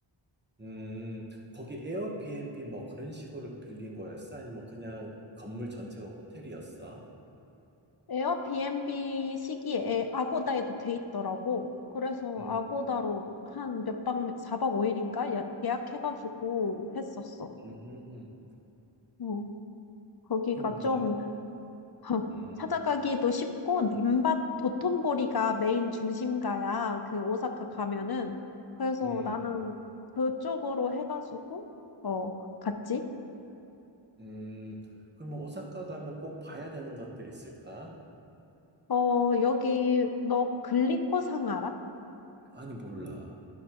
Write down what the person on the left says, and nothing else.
에어비앤비 시기에 아고다에도 돼 있더라고. 그래서
아고다로 한 몇 박, 4박 5일인가 예약해가지고 했었어.
어, 거기가
좀
<laughs>
찾아가기도 쉽고 님밭 도톤보리가 메인 중심가야. 그 오사카 가면은. 그래서
나는 그쪽으로 해가지고 어, 갔지.
어, 여기 너 글리코상 알아?